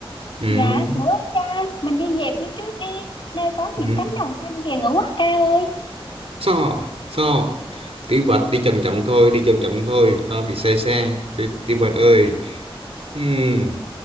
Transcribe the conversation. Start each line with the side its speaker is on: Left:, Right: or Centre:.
Right: Ừm,
Left: dạ, ngủ á ca, mình đi về phía trước đi. Nơi có
Right: ừm,
Left: những cánh đồng xanh kìa, ngủ á ca ơi.
Right: so so tiểu bạch đi chậm chậm thôi đi chậm chậm thôi ta bị say xe tiểu, tiểu bạch ơi Ừm,